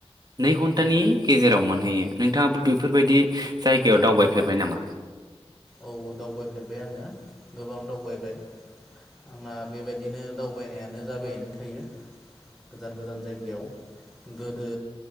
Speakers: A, on the right; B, in the centre.
A: नै घन्टानि गेजेराव मोनहैयो नोंथाङाबो बेफोरबायदि जायगायाव दावबायफेरबाय नामा?
B: औ दावबायफेरबाय आङो गोबां दावबायबाय आंना बेबायदिनो दावबायनायानो जाबायनो थायो गोजान गोजान जायगायाव गोदो